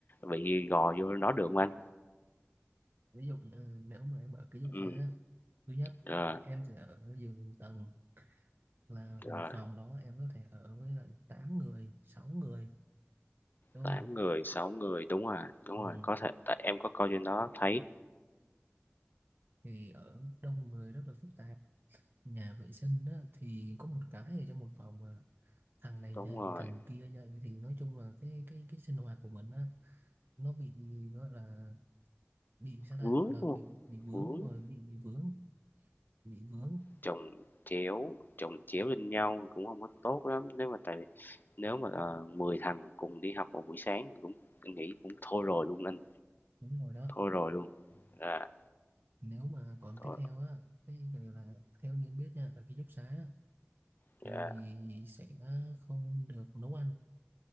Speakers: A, on the left; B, on the right.
A: bị gò vô nó được không anh?
B: ví dụ như nếu mà em ở ký túc
A: Ừ,
B: xá thứ nhất
A: rồi,
B: em sẽ ở giường tầng là
A: rồi,
B: một phòng đó em có thể ở với lại 8 người 6 người đúng
A: 8
B: không
A: người, 6 người, đúng rồi, đúng
B: ừ.
A: rồi, có thể tại em có coi trên đó thấy,
B: thì ở đông người rất là phức tạp nhà vệ sinh đó thì có một cái ở trong một phòng mà thằng này
A: đúng
B: dậy
A: rồi,
B: thằng kia dậy thì nói chung là cái cái cái sinh hoạt của mình á nó bị gọi là bị sao ta
A: vướng,
B: gọi
A: đúng
B: là
A: hông?
B: bị bị vướng
A: Vướng.
B: đúng rồi bị bị vướng bị vướng
A: Chồng chéo chồng chéo lên nhau cũng không có tốt lắm, nếu mà tại vì nếu mà, ờ, 10 thằng cùng đi học vào buổi sáng thì cũng anh nghĩ cũng thôi rồi luôn anh,
B: đúng rồi đó
A: thôi rồi luôn. à
B: nếu mà còn
A: thôi
B: tiếp theo á cái về là theo như anh biết nha ở ký túc xá á,
A: dạ,
B: thì sẽ không được nấu ăn